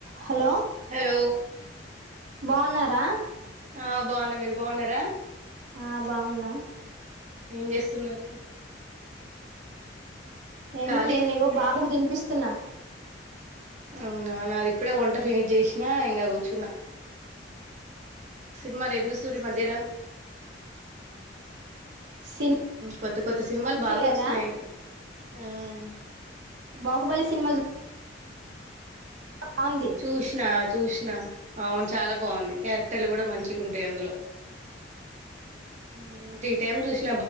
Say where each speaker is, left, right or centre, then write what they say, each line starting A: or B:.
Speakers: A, on the right; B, on the right.
A: hello
B: hello
A: బాగున్నారా
B: ఆ బాగున్నా మీరు బాగున్నారా
A: ఆ బాగున్నా
B: ఏం చేస్తున్నారు
A: ఏముంది
B: ఖాళీ
A: నే నీగో బాబుకు తినిపిస్తున్నా
B: అవునా నాది ఇప్పుడే వంట ఫినిష్ చేసినా ఇంకా కూర్చున్నా సినిమాల ఎం చుస్తుూరు ఈ మధ్యలో
A: సినీ
B: కొత్త కొత్త సినిమాలు బాగా
A: కదా
B: వచ్చినయి హ్మ్
A: బాహుబలి సినిమా బాగుంది
B: చూసినా చూసినా అవును చాలా బాగుంది క్యారెక్టర్లు కూడా మంచిగా ఉంటా అందులో హ్మ్ త్రీ టైం చూస్